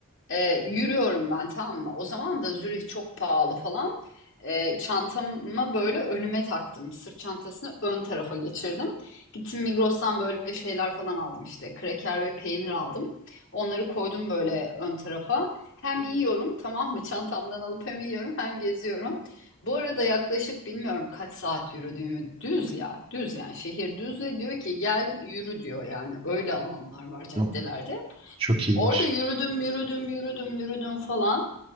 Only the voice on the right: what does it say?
Yok, Çok iyiymiş.